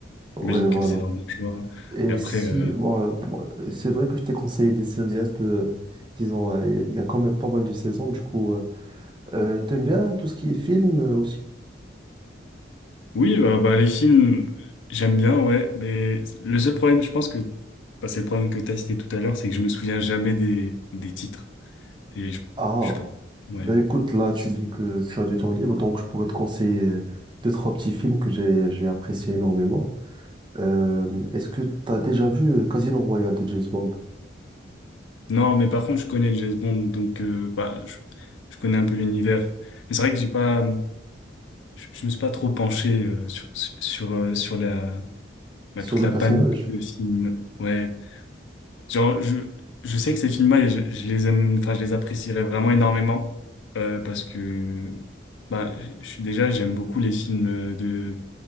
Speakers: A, on the right; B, on the left.
A: ouais,
B: J'imagine
A: voilà.
B: que c'est un bon choix.
A: Et
B: Et après,
A: si,
B: euh,
A: ouais, moi, c'est vrai que je t'ai conseillé des séries un peu, euh, disons, euh, il y, a il y a quand même pas mal de saisons. Du coup, euh, euh, t'aimes bien tout ce qui est film euh, aussi?
B: oui, bah, bah, les films, j'aime bien, ouais, mais le seul problème, je pense que, bah, c'est le problème que t'as cité tout à l'heure, c'est que je me souviens jamais des, des titres. Et je,
A: Ah,
B: je, sais pas- ouais.
A: ben écoute, là, tu dis que tu as du temps libre, donc je pourrais te conseiller euh, deux, trois petits films que j'ai, j'ai appréciés énormément. Euh, est-ce que tu as déjà vu euh, Casino Royale de James Bond
B: Non, mais par contre, je connais James Bond, donc, euh, bah, je, je connais un peu l'univers. Mais c'est vrai que j'ai pas, je, je me suis pas trop penché euh, sur sur euh, sur la bah,
A: sur
B: toute
A: le
B: la
A: personnage?
B: panoplie de films. Ouais, genre je je sais que ces films-là, je, je les aime, enfin je les apprécierais vraiment énormément euh, parce que bah je je suis déjà j'aime beaucoup les films euh, de